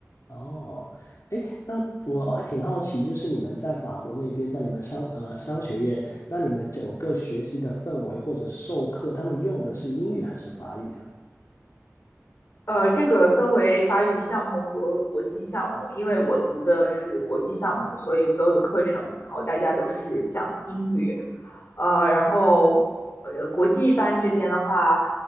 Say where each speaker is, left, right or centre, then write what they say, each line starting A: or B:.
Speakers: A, on the left; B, on the left.
A: 哦，哎，那我我还挺好奇，
B: 嗯
A: 就是你们在法国那边，在你们商呃商学院，那你们整个学习的氛围或者授课，他们用的是英语还是法语啊？
B: 呃，这个分为法语项目和国际项目，因为我读的是国际项目，所以所有的课程，然后大家都是讲英语。呃，然后呃，国际班这边的话，